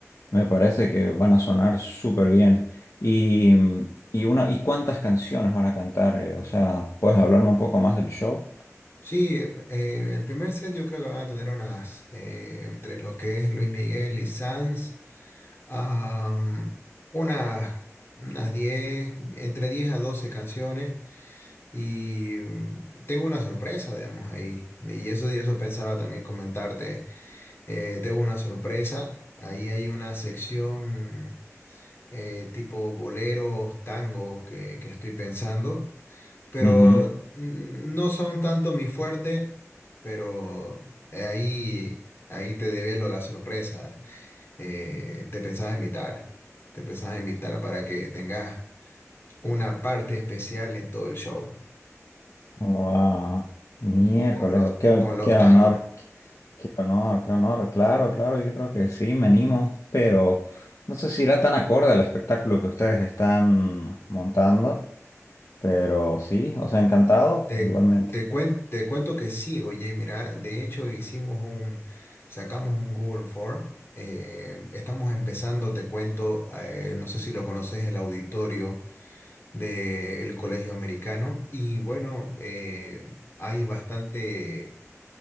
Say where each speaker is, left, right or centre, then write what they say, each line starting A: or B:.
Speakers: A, on the left; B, on the left.
A: Me parece que van a sonar súper bien. Y, y, una, ¿y cuántas canciones van a cantar? Eh, o sea, ¿puedes hablarme un poco más del show?
B: Sí, eh, el primer set yo creo que van a tener unas, eh, entre lo que es Luis Miguel y Sanz, am, unas, unas 10, entre 10 a 12 canciones y mm, tengo una sorpresa, digamos, ahí. Y eso, y eso pensaba también comentarte Eh, tengo una sorpresa. Ahí hay una sección eh, tipo boleros, tangos que, que estoy pensando, pero
A: Ujú.
B: mm, no son tanto mi fuerte, pero ahí, ahí te develo la sorpresa. Eh, te pensaba invitar, te pensaba invitar para que tengas una parte especial en todo el show
A: Wow. Miércoles,
B: con los,
A: qué,
B: con los
A: qué honor,
B: tangos.
A: qué honor, qué honor. Claro, claro, yo creo que sí, me animo, pero no sé si irá tan acorde al espectáculo que ustedes están montando, pero sí, os ha encantado
B: Te,
A: igualmente.
B: te, cuen- te cuento que sí, oye, mira, de hecho hicimos un, sacamos un Google Form, eh, estamos empezando, te cuento, eh, no sé si lo conoces, el auditorio del Colegio Americano, y bueno, eh, hay bastante